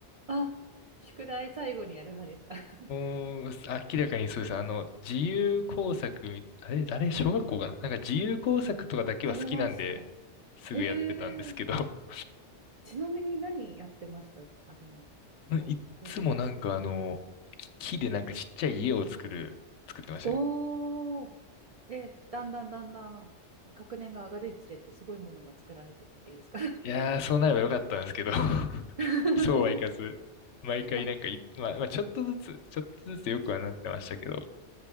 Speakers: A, on the right; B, on the left.
A: あ、宿題最後にやる派ですか <laughs>
B: もう、明らかにそうです。あの、自由工作み、あれ、あれ、小学校かななんか自由工作とかだけは好きなんで、
A: ありました。
B: すぐやってたんですけど、
A: えー、ちなみに何やってましたあの、
B: <laughs>
A: こう工作系。
B: いっつもなんかあの、木でなんかちっちゃい家を作る、作ってましたね。
A: おで、だんだんだんだん学年が上がるにつれてすごいものが作られてったけですか。
B: いやー、そうなればよかったんですけど、<laughs>
A: <laughs>
B: そうはいかず、毎回なんかい、
A: あ、
B: まあ、まあ、ちょっとずつ、ちょっとずつよくはなってましたけど、